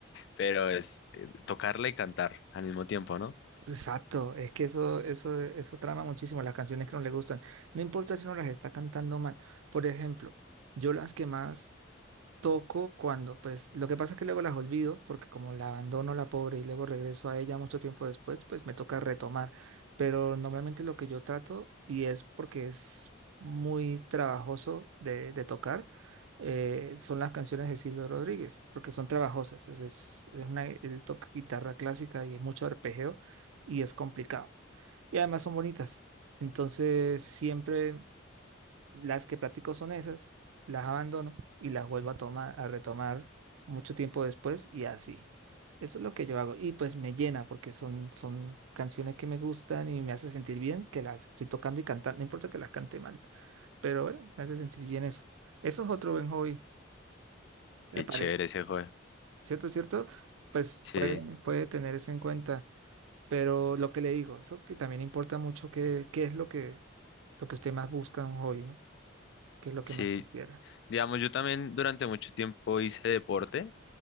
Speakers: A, on the left (about 60°); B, on the right (about 85°).
A: pero es eh, tocarla y cantar al mismo tiempo, ¿no?
B: Exacto, es que eso, eso, eso trama muchísimo las canciones que no le gustan. No importa si no las está cantando mal. Por ejemplo, yo las que más toco cuando, pues, lo que pasa es que luego las olvido, porque como la abandono la pobre y luego regreso a ella mucho tiempo después, pues me toca retomar. Pero normalmente lo que yo trato, y es porque es muy trabajoso de, de tocar, eh, son las canciones de Silvio Rodríguez, porque son trabajosas. Es, es es una, él toca guitarra clásica y es mucho arpegio y es complicado. Y además son bonitas. Entonces, siempre las que practico son esas, las abandono y las vuelvo a tomar, a retomar mucho tiempo después y así. Eso es lo que yo hago y pues me llena porque son, son canciones que me gustan y me hace sentir bien que las estoy tocando y cantando, no importa que las cante mal, pero bueno, me hace sentir bien eso. Eso es otro buen hobby, me
A: Qué
B: parece.
A: chévere ese juego.
B: ¿Cierto, cierto? Pues
A: Sí,
B: puede, puede tener eso en cuenta, pero lo que le digo, eso que también importa mucho qué, qué es lo que, lo que usted más busca en un hobby, ¿no? ¿Qué es lo
A: sí.
B: que más quisiera?
A: Digamos, yo también durante mucho tiempo hice deporte,